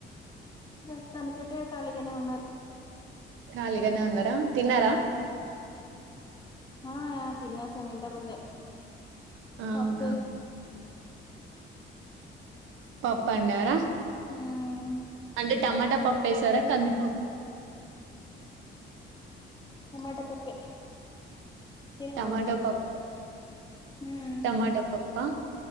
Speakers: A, on the left (about 20°); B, on the right (about 80°).
A: ప్రస్తుతానికైతే ఖాళీగానే ఉన్నారు
B: ఖాలిగానే ఉన్నారా తిన్నార
A: మ్మ్ ఆ ఆ తినేసమ్ ఇంతముందే
B: అవునా
A: పప్పు
B: పప్పండరా
A: మ్మ్
B: అంటే టమాటా పప్పు ఏసారా కందిపప్
A: టమాట పప్పే తినవా
B: టమాటా
A: నువ్వు కూడా
B: పప్పు
A: మ్మ్
B: టమాటా పప్పా